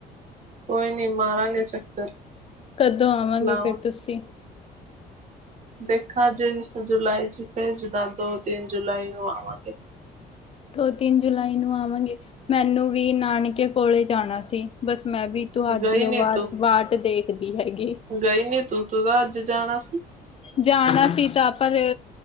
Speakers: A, on the right; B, on the left.
A: ਕੋਈ ਨੀ ਮਾਰਾਂਗੇ ਚੱਕਰ।
B: ਕਦੋਂ ਆਵਾਂਗੇ
A: ਲਾਓ
B: ਫੇਰ ਤੁਸੀ?
A: ਦੇਖਾਂ ਜੇ ਜੁਲਾਈ ਚ ਭੇਜਦਾ ਦੋ ਤਿੰਨ ਜੁਲਾਈ ਨੂੰ ਆਵਾਂਗੇ।
B: ਦੋ ਤਿੰਨ ਜੁਲਾਈ ਨੂੰ ਆਵਾਂਗੇ। ਮੈਨੂੰ ਵੀ ਨਾਨਕੇ ਕੋਲੇ ਜਾਣਾ ਸੀ। ਬਸ ਮੈਂ ਵੀ ਤੁਹਾਡੀ
A: ਗਈ
B: ਓ
A: ਨੀ
B: ਵਾ
A: ਤੂੰ
B: ਵਾਟ ਦੇਖਦੀ ਹੈਗੀ।
A: ਗਈ ਨੀ ਤੂੰ। ਤੂੰ ਤਾਂ ਅੱਜ ਜਾਣਾ ਸ
B: ਜਾਣਾ ਸੀ ਤਾ ਆਪਾ ਦੇ